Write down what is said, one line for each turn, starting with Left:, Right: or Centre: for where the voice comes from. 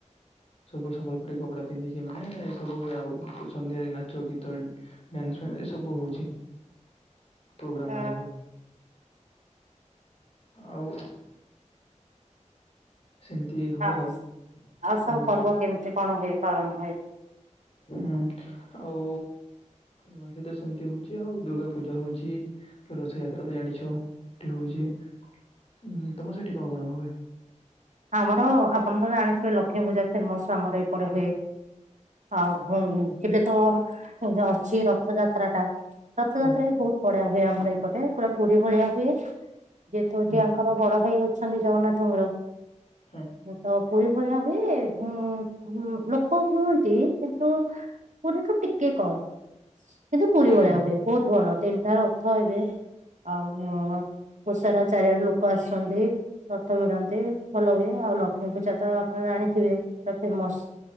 Left: ସବୁ ସମ୍ବଲପୁରୀ କପଡା ପିନ୍ଧିକି ମାନେ ଏ ସବୁ ହୁଏ ଆଉ ସନ୍ଧ୍ୟାରେ ନାଚ ଗୀତ ଡନ୍ସ <unintelligible> ଏ ସବୁ ହଉଛି। ପ୍ରୋଗ୍ରାମ
Right: ହଁ।
Left: ମାନେ ହୁଏ ଆଉ ସେମିତି ହୁଏ
Right: ଆ ଆଉ ସବୁ
Left: ଆମ ଏଠି
Right: ପର୍ବ କେମିତି କଣ ହୁଏ ପାଳନ ହୁଏ?
Left: ହୁଁ ଆଉ ନୂଆ ନୂଆଁଖାଇ ସେମିତି ହଉଛି ଆଉ ଦୁର୍ଗା ପୂଜା ହଉଛି। ରଥଯାତ୍ରା ତ ଜାଣିଛ ଏଠି ହଉଛି, ଉ ତମ ସେଠି କଣ କଣ ହୁଏ?
Right: ଆମର ଆପଣ ତ ଜାଣିଥିବେ ଲକ୍ଷ୍ମୀ ପୂଜା ଫେମସ ଆମର ଏପଟେ ହୁଏ। ଆଉ ହଁ ଏବେ ତ ଅଛି ରଥଯାତ୍ରା ଟା। ରଥଯାତ୍ରା
Left: ହୁଁ
Right: ବି ବହୁତ ବଢିଆ ହୁଏ ଆମର ଏଇପଟେ ପୁରା ପୁରୀ ଭଳିଆ ହୁଏ। ଯେହେତୁ
Left: ହୁଁ
Right: ଏଠି ଆଙ୍କର ବଡ ଭାଇ ଅଛନ୍ତି ଜଗନ୍ନାଥଙ୍କର।
Left: ହଁ।
Right: ତ ପୁରୀ ଭଳିଆ ହୁଏ, ଉଁ ଲୋକ ହୁଅନ୍ତି କିନ୍ତୁ ପୁରୀ ଠୁ ଟିକେ କମ୍। କିନ୍ତୁ ପୁରୀ ଭଳିଆ
Left: ହଁ
Right: ହୁଏ ବହୁତ ଭଲ ତିନିଟା ରଥ ଏବେ ଆଉ ଓ ଓ ସାରା ଚାରିଆଣ ଲୋକ ଆସଛନ୍ତି, ରଥ ବିଡାନ୍ତି। ଭଲ ହୁଏ ଆଉ ଲକ୍ଷ୍ମୀ ପୂଜା ତ ଆପଣ ଜାଣିଥିବେ ପୁରା ଫେମସ।